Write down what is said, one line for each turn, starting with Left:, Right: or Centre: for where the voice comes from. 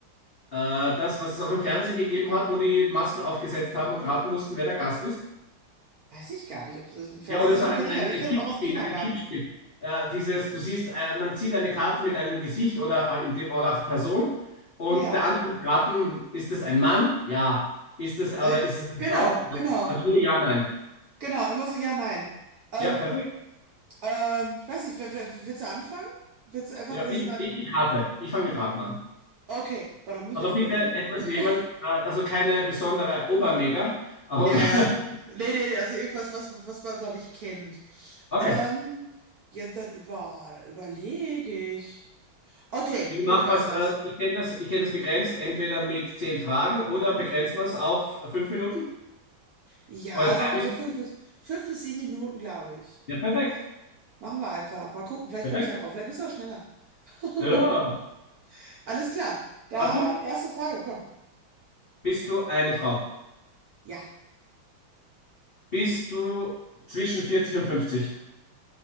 Left: Äh, das, was es auch im Fernsehen gegeben hat, wo die Masken aufgesetzt haben und raten mussten, wer der Gast ist.
Right: Weiß ich gar nicht, ob es Fernsehsendung
Left: Ja, oder so ein,
Right: kenne
Left: ein,
Right: ich ja, aber
Left: ein
Right: ich kenne
Left: Kippspiel,
Right: es auch aus dem Kindergarten.
Left: ein Kippspiel. Äh, dieses, du siehst, äh, man zieht eine Karte mit einem Gesicht oder äh, in dem oder auch Person und
Right: Ja.
Left: der andere wird raten, ist es ein Mann? Ja. Ist es oder
Right: Ne?
Left: ist es eine
Right: Genau,
Left: Frau? Nein.
Right: genau.
Left: Also nur ja, nein.
Right: Genau, immer so ja, nein. Ähm,
Left: Ja, perfekt.
Right: Ähm, ich weiß nicht, wer- wer- willst du anfangen? Willst du einfach,
Left: Ja,
Right: willst
Left: ich,
Right: du jemand.
Left: ich, ich rate. Ich fange mit Raten an.
Right: Okay, boah, da muss
Left: Aber
Right: ich jetzt
Left: bitte
Right: überlegen.
Left: etwas
Right: <laughs>
Left: nehmen, äh, also keine besondere Obermega. Oder
Right: Ja, ja.
Left: <laughs>
Right: Nee, nee, nee, also irgendwas, was, was man, glaube ich, kennt.
Left: okay.
Right: Ähm, ja, dann über, überlege ich. Okay,
Left: Wie macht
Right: ich weiß
Left: man es? Äh,
Right: was.
Left: ich kenne das, ich kenne das begrenzt, entweder mit zehn Fragen oder begrenzt man es auf fünf Minuten
Right: Ja,
Left: oder drei
Right: sagen wir mal
Left: Minuten.
Right: so fünf bis, fünf bis sieben Minuten, glaube ich.
Left: Ja, perfekt.
Right: Machen wir einfach. Mal gucken, vielleicht
Left: Perfekt.
Right: kommst du ja drauf. Vielleicht bist du auch schneller. <laughs>
Left: Ja.
Right: Alles klar. Dann
Left: Ach du?
Right: erste Frage, komm.
Left: Bist du eine Frau?
Right: Ja.
Left: Bist du zwischen 40 und 50?